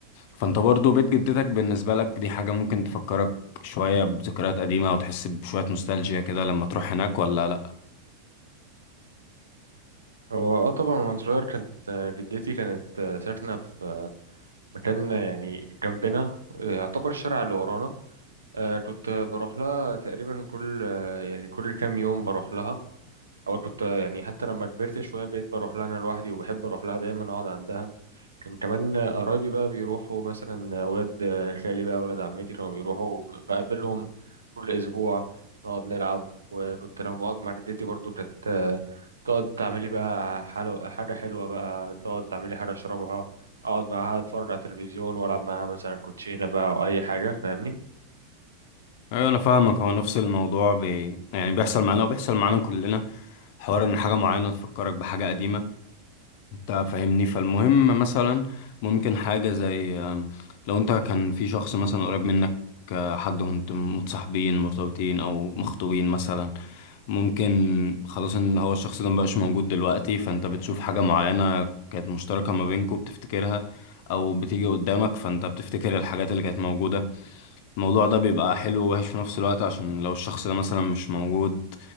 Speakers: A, on the left; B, on the right.
A: فانت برضو بيت جدتك بالنسبة لك دي حاجة ممكن تفكرك شوية بذكريات قديمة او تحس بشوية نوستالجيا كده لما تروح هناك ولا لا
B: هو اه طبعا وانا صغير كانت آه، جدتي كانت آه، ساكنه في آه، مكان آه، يعني جنبنا آه، يعتبر الشارع اللي ورانا آه، كنت بروح لها تقريبا كل آه، يعني كل كام يوم بروح لها او كنت يعني حتى لما كبرت شويه بقيت بروح لها انا لوحدي وبحب اروح لها دايما اقعد عندها كان كمان قرايبي بقى بيروحوا مثلا ولاد خالي بقى ولاد عمتي كانوا بيروحوا بقابلهم كل اسبوع نقعد نلعب وكنت لما بقعد مع جدتي برضو كانت تقعد تعملي بقى حلو حاجه حلوه بقى تقعد تعملي حاجه اشربها اقعد معاها اتفرج على التلفزيون والعب معاها مثلا كوتشينه بقى او اي حاجه فاهمني
A: ايوه انا فاهمك هو نفس الموضوع بي... يعني بيحصل معانا وبيحصل معانا كلنا حوار ان حاجة معينة تفكرك بحاجة قديمة انت فاهمني فالمهم مثلا ممكن حاجة زي آم، لو انت كان في شخص مثلا قريب منك آه، حد وانت متصاحبين مرتبطين او مخطوبين مثلا ممكن خلاص ان هو الشخص ده مبقاش موجود دلوقتي فانت بتشوف حاجة معينة كانت مشتركة ما بينكوا بتفتكرها او بتيجي قدامك فانت بتفتكر الحاجات اللي كانت موجودة الموضوع ده بيبقى حلو ووحش في نفس الوقت عشان لو الشخص ده مثلا مش موجود